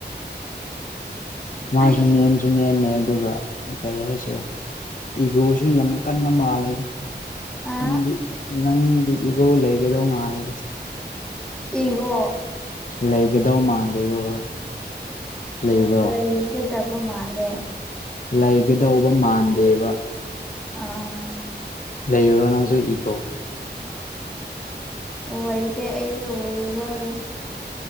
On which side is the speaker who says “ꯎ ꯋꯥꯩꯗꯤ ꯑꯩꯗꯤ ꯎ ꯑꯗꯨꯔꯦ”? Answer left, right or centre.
Centre